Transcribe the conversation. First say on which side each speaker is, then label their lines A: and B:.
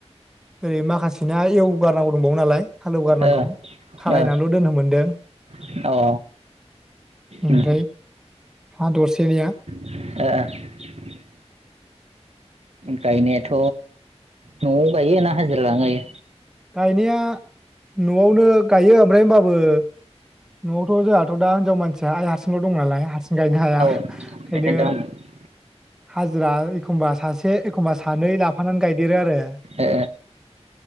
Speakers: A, in the centre; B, on the right.
A: ओरै माखासेना एवगारनांगौ दंबावो नालाय। हालेवगारनांगौ
B: ओ
A: खारहायनानैल'
B: ओ
A: दोननो मोनदों
B: अ
A: ओमफ्राय
B: उम
A: हा दरसेनिया
B: ओ गायनायाथ नआव गायो ना हाजिरा लाना गायो
A: गायनाया नआवनो गायो ओमफ्राय हबाबो नआवथ जोंहाथ दािनजाव मानसि आसा आइ हारसिंल दं नालाय हारसिं गायनो हाया
B: औ
A: ओंखायनो
B: बेखायनोथ'
A: हाजिरा एखमबा सासे एखमबा सानै लाफानानै गायदेरो आरो
B: ए